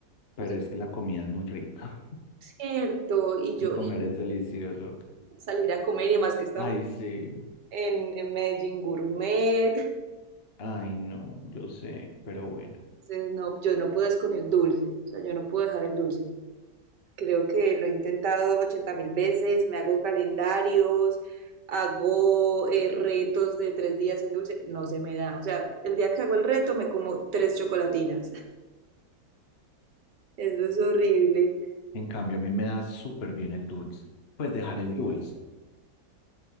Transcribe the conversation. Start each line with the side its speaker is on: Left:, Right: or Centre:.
Left: pero
Right: O sea,
Left: es que la comida es muy rica.
Right: es cierto.
Left: <laughs>
Right: Y yo
Left: El comer
Right: y
Left: es delicioso.
Right: salir a comer y demás que estamos
Left: Ay, sí.
Right: en, en Medellín Gourmet.
Left: Ay, no, yo sé, pero bueno.
Right: Entonces, no, yo no puedo es con el dulce, o sea, yo no puedo dejar el dulce. Creo que lo he intentado 80 mil veces, me hago calendarios, hago eh, retos de tres días sin dulce, no se me da. O sea, el día que hago el reto me como tres chocolatinas. <laughs> Eso es horrible.
Left: En cambio, a mí me da súper bien el dulce. Pues dejar el dulce.